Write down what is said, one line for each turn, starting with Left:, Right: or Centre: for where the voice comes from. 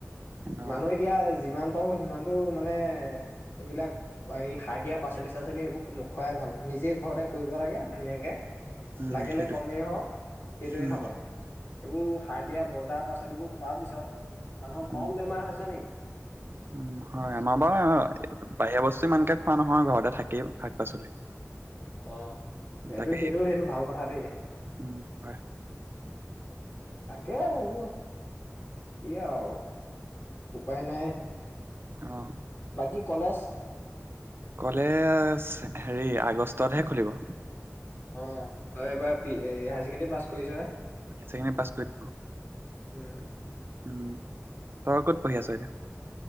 Right: অ,
Left: মানুহ এতিয়া যিমান বাৰ সিমানতো মানে এইবিলাক এই সাৰ দিয়া পাচলি চাচলি সেইবোৰ নোখুৱাই ভাল নিজে ঘৰতে কৰিব লাগে ধুনীয়াকে।
Right: উম,
Left: লাগিলে
Right: সেইটোৱে
Left: কমেই হও সেইটোৱে
Right: উম,
Left: খাব লাগে। এইবোৰ বজাৰ পাচলিবোৰ খোৱাৰ পিছত। মানুহৰ কম
Right: উম',
Left: বেমাৰ হৈছে নেকি
Right: - উম ', হয় আমাৰ বাৰু বাহিৰা বস্তু ইমানকে খোৱা নহয় ঘৰতে থাকেই শাক পাচলি।
Left: অহ ', সেইটো
Right: তাকে
Left: - সেইটো - সেইটো ভাল কথা দেই
Right: উম, হয়
Left: তাকে এইবোৰ। কি আৰু উপায় নাই।
Right: অহ ',
Left: কি কলেজ?
Right: কলেজ হেৰি আগষ্টতহে খুলিব।
Left: অহ ', তই এবাৰ বি হায়াৰ ছেকেণ্ডৰী পাছ কৰিছ হে।
Right: হাইছেকেণ্ডাৰী পাছ কৰি
Left: উম,
Right: উম ', তই ক'ত পঢ়ি আছ এতিয়া?